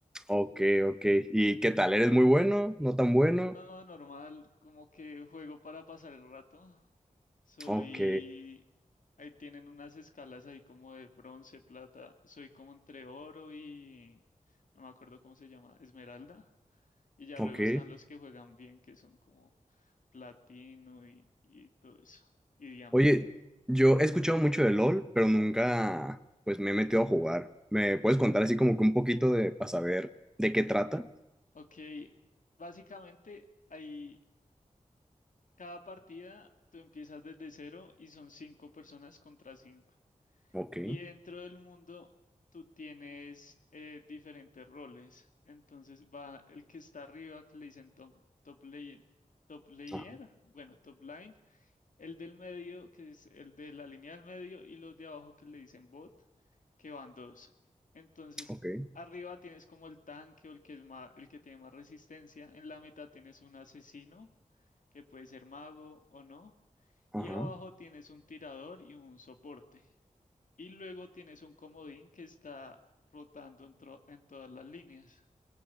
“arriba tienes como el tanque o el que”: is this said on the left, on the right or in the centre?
Left